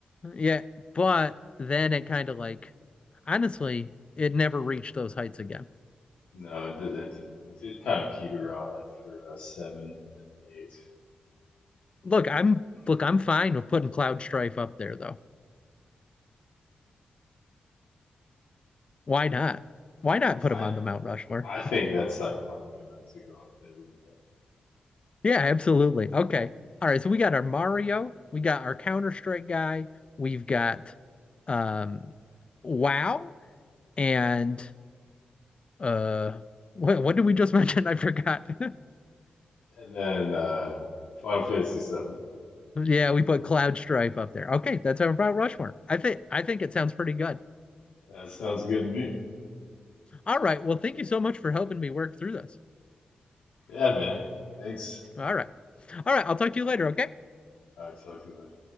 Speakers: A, on the left (about 35°); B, on the left (about 90°).
A: Yeah, but then it kind of like honestly, it never reached those heights again.
B: No, it, di- it didn't. It did kind of peter out after uh, seven and then eight.
A: Look, I'm
B: <clears throat>
A: look, I'm fine with putting Cloud Strife up there though. Why not? Why not put
B: I
A: him on the Mount Rushmore?
B: I think that's iconic enough to go up there. What do you think?
A: Yeah, absolutely. Okay. All right. So we got our Mario, we got our Counter-Strike guy, we've got um WoW and uh what what did we just mention? <laughs> I forgot. <laughs>
B: And then uh, Final Fantasy seven.
A: Yeah, we put Cloud Strife up there. Okay, that's our about Rushmore. I think I think it sounds pretty good.
B: That sounds good to me.
A: All right. Well, thank you so much for helping me work through this.
B: Yeah, man. Thanks.
A: All right. All right, I'll talk to you later, okay?
B: All right, talk to you later.